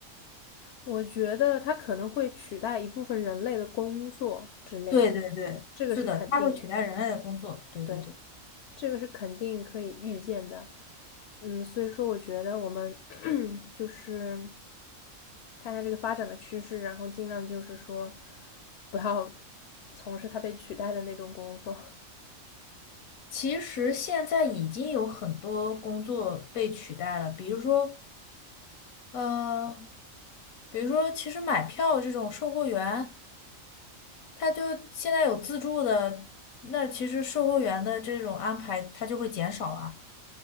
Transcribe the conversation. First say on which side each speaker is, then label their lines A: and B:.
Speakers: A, on the left; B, on the left.
A: 我觉得它可能会取代一部分人类的工作之类的，
B: 对对对，
A: 这个是肯定的。
B: 是的，他会取代人类的工作。对对对。
A: 对。这个是肯定可以预见的。嗯，所以说我觉得我们 <clears throat> <coughs> 就是看一下这个发展的趋势，然后尽量就是说不要 <laughs> 从事它被取代的那种工作。
B: 其实现在已经有很多工作被取代了，比如说，呃，比如说，其实买票这种售货员。他就现在有自助的，那其实售货员的这种安排，他就会减少啊。